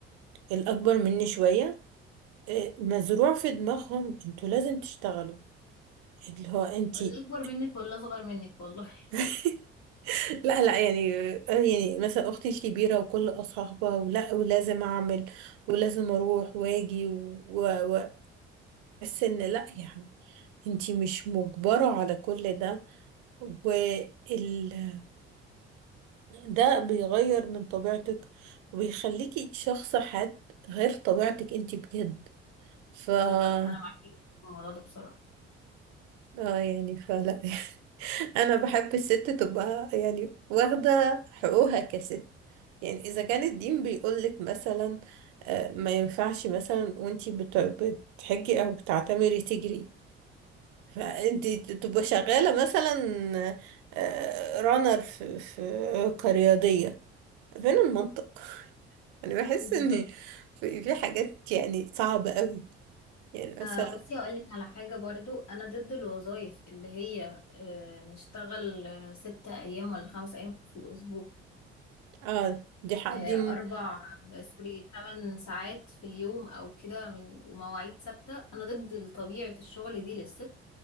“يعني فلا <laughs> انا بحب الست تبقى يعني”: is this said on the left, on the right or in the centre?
Right